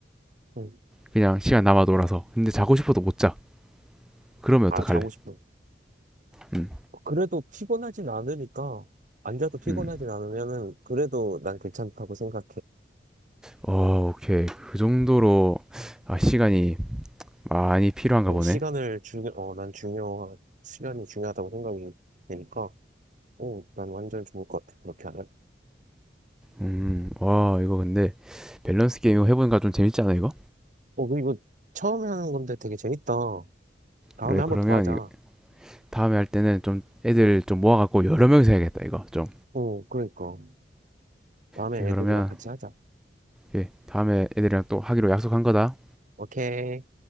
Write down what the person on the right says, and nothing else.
음,
아
자고 싶어
그래도 피곤하진 않으니까 안 자도 피곤하진
않으면은 그래도 난 괜찮다고 생각해
난
시간을 중요 어난 중요 시간이 중요하다고 생각이 되니까 어난 완전 좋을 것 같아 그렇게 하면
어 그리고 처음에 하는 건데 되게 재밌다 다음에
한
번 더 하자.
어, 그러니까. 다음에
애들이랑
같이 하자.
오케이.